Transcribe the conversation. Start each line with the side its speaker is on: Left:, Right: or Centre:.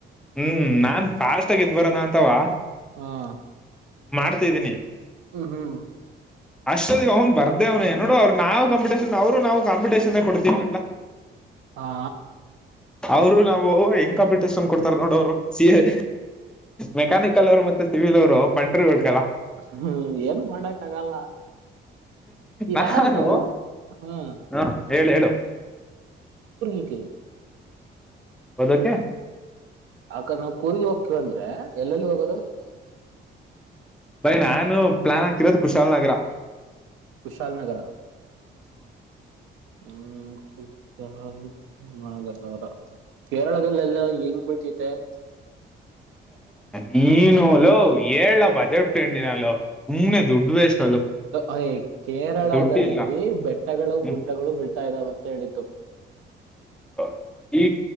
Centre: ಹ್ಮ್ ನಾನ್ ಫಾಸ್ಟ್ ಆಗಿ ಎದ್ದ ಬರನ ಅಂತವ.
Right: <inaudible>
Centre: ಮಾಡ್ತಿದ್ದೀನಿ
Right: ಹ್ಮ್ ಹ್ಮ್
Centre: ಅಷ್ಟದಗ ಅವನ್ ಬರ್ದೆ ಅವ್ನೆ. ನೋಡು ಅವ್ರು ನಾವವು ಕಂಪಿಟೇಷನ್ ಅವ್ರು ನಾವು ಕಾಂಪಿಟೇಷನ್ ಕೊಡ್ತೀವವಿ ಅಾ
Right: ಹಾ.
Centre: ಅವರು ನಾವು ಹೆಂಗ್ ಕಾಂಪಿಟೇಷನ್ ಕೊಡ್ತಾರ ನೋಡ ಅವರು ಸಿ ಎ ಮೆಕ್ಯಾನಿಕಲ್ ಅವರು ಮತ್ತೆ. ಸಿವಿಲ್ ಅವರು ಪಂಟ್ರಗಳಕಲ್ಲ.
Right: ಹ್ಮ್ ಏನ್ ಮಾಡಕ್ಗಲ್ಲ. ಈಗಾ
Centre: ನಾನು
Right: ನಾವು ಹ್ಮ.
Centre: ಹ ಹೇಳು ಹೇಳು
Right: <unintelligible>
Centre: ಓದಕ. <inaudible>
Right: ಆಕ ನಾವ್ ಕೂರ್ಗಿ ಹೋಗ್ತಿವ ಅಂದ್ರೆ ಎಲ್ಲೆಲ್ಲಿ ಹೋಗೋದು
Centre: ಬೈ ನಾನು ಪ್ಲಾನ್ ಹಾಕಿರೋದು ಕುಶಾಲನಗರ.
Right: ಕುಶಾಲ ನಗರ ಹ್ಮ. <unintelligible> ಕೇರಳದಲ್ಲೆಲ್ಲ ಹೆಂಗ್ ಬಿಳ್ತತೆ.
Centre: ನೀನುಲೋ ಏಲ ಬಜೆಟ್ಂಡಿ ನಾನ ಸುಮ್ನೆ ದುಡ್ಡು ವೇಷ್ಟ
Right: ಅಯ್ ಕೇರಳದಲ್ಲಿ
Centre: ದುಡ್ಡಿಲ್ಲ
Right: ಬೆಟ್ಟಗಳು
Centre: ಹ್ಮ್
Right: ಗುಡ್ಡಗಳು ಬೀಳ್ತಾ ಇದ್ದಾವ ಅಂತ ಹೇಳಿದ್ದು.
Centre: ಹ ಈ